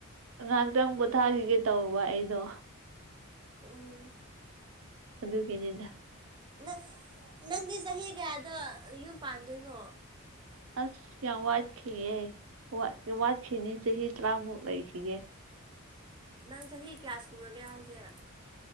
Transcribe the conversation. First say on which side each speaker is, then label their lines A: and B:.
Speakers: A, on the right; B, on the right.
A: ꯉꯥꯏꯍꯥꯛꯇꯪ ꯄꯣꯊꯥꯈꯤꯒꯦ ꯇꯧꯕ ꯑꯩꯗꯣ
B: ꯑꯥ
A: ꯑꯗꯨꯒꯤꯅꯦ
B: ꯪ ꯅꯪꯗꯤ ꯆꯍꯤ ꯀꯌꯥꯗ ꯌꯨꯝ ꯄꯥꯟꯗꯣꯏꯅꯣ
A: ꯑꯁ ꯌꯥꯝ ꯋꯥꯠꯈꯤꯦ ꯋꯥ ꯋꯥꯠꯈꯤꯅꯤ ꯆ ꯍ ꯇꯥꯃꯛ ꯂꯩꯈꯤꯒꯦ <inaudible>
B: ꯅꯪ ꯆꯍꯤ ꯀꯌꯥ ꯁꯨꯔꯒꯦ ꯍꯥꯏꯁꯦ